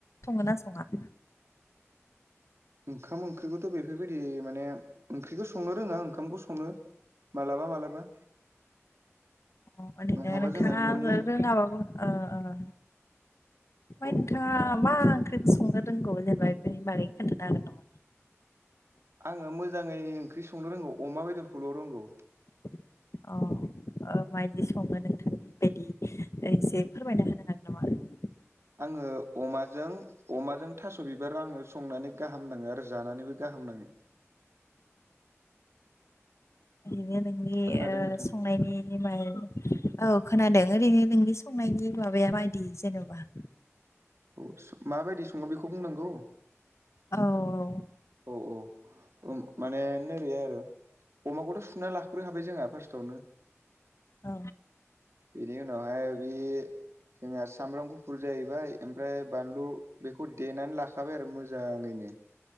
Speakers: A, on the left (about 70°); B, on the right (about 60°).
A: सोङो ना सङा?
B: ओंखाम ओंख्रिखौथ' बेफोरबायदि माने ओंख्रिखौ संनो रोङा ओंखामखौ सङो। मालाबा मालाबा
A: अ ओदिनो
B: नङाबा
A: नोंथाङा
B: जोंहा न'नि
A: रोङाबाबो ओ ओमफ्राय
B: औ
A: नोंथांआ मा ओंख्रिखौ संनो रोंगौ जेनबा बेफोरनि बागै खोन्थानो हागोन नामा?
B: आङो मोजाङै ओंख्रि संनो रोंगौ अमा बेदरखौल' रोंगौ।
A: <inaudible> अ ओ मायदि सङो नोंथांनि बायदि ओ इसे फोरमायना होनो हागोन? नामा?
B: आङो अमाजों अमाजों थास' बिबार आङो संनानै गाहाम नाङो आरो जानानैबो गाहाम नाङो। <unintelligible>
A: नैबे नोंनि
B: खोनादों
A: ओ‌
B: नोंथां
A: संनायनि नि माय औ खोनादों ओरैनो नोंनि संनायनि माबाया मायदि जेन'बा?
B: औ माबायदि सङो बेखौ बुंनांगौ?
A: औ औ।
B: औ औ उम माने नोरै आरो अमाखौथ' सुना ला ग्रोखाबाय जोङा पास्टावनो।
A: औ।
B: बेनि उनावहाय बि जोंहा सामब्राम गुफुर जाहैबाय ओमफ्राय बानलु बेखौ देनानै लाखाबाय आरो मोजाङैनो।